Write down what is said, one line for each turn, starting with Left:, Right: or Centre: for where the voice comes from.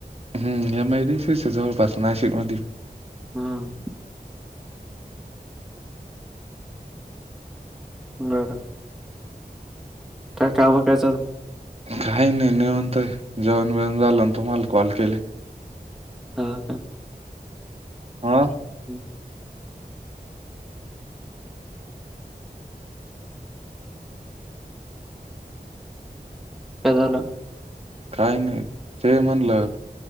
Right: हम्म. या <unintelligible> जवळपास नाशिक मध्ये.
Centre: हंम्म. बरं. काय काम काय चाल --
Right: काही नाही निवांत हाय. जेवण बेवन झालं आणि तुम्हाला कॉल केले.
Centre: ह का.
Right: हा.
Centre: <inaudible> का झालं?
Right: काय नाही. ते म्हणलं